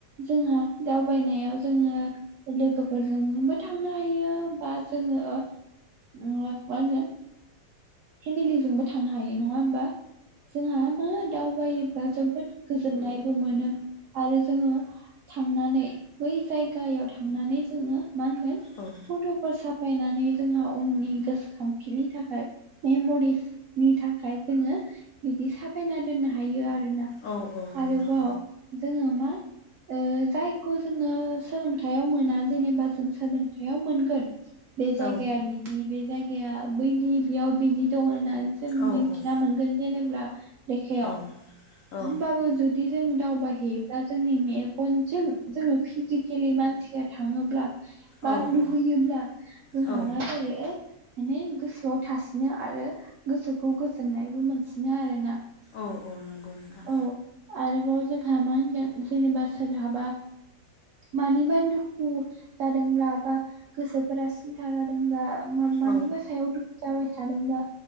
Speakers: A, on the right; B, on the left.
A: जोंहा दावबायनायाव जोङो लोगोफोरजोंबो थांनो हायो बा जोङो ओ मा होनगोन? फेमिलिजोंबो थांनो हायो नङा होमबा जोंहा मा? दावबायोब्ला जोबोद गोजोननायबो मोनो आरो जोङो थांनानै बै जायगायाव थांनानै जोङो मा होनगोन?
B: औ।
A: फट'फोर साफायनानै जोंहा उननि गोसोखांथिनि थाखाय मेम'रिस नि थाखाय जोङो बिदि साफायना दोननो हायो आरोना
B: औ नोंथां
A: आरोबाव जोङो मा ओ जायखौ जोङो सोलोंथायाव मोना जेनेबा जों सोलोंथायाव मोनगोन बे जायगाया
B: औ
A: बिदि बे जायगाया बैनि बेयाव बिनि दं होननानै जों
B: औ
A: मिथिना
B: औ
A: मोनगोन जेनेब्ला लेखायाव
B: औ औ
A: होमबाबो जुद दि जों दावबायहैयोब्ला जोंनि मेगनजों जोङो फिजिकेलि मानसिया थाङोब्ला
B: औ
A: बा
B: औ
A: नुहैयोब्ला जोंहा
B: औ
A: मा जायो माने गोसोआव थास बिदिनो आरो गोसोखौ गोजोननायबो मोनसिनो आरो ना।
B: औ औ नंगौ नोंथां।
A: औ आरोबाव जोंहा मा होनगोन जेनेबा सोरहाबा मानिबा दुखु जादोंब्ला बा गोसोफोरा सिन्था जादोंबा मा-मानिबा
B: औ
A: सायाव दुखु जाबाय थादोंबा